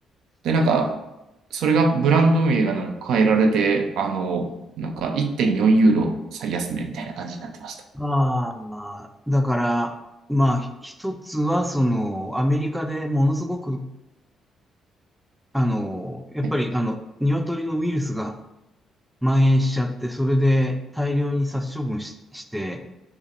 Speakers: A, on the right (about 80°); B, in the centre.
A: で、なんか、それがブランド名がなんか変えられて、あの、なんか1.4ユーロ最安値みたいな感じになってました。
B: ああ、だから、まあ、ひ一つは、その、アメリカでものすごく、あの、やっぱり、
A: ね
B: あの、鶏のウイルスが蔓延しちゃって、それで大量に殺処分し、して、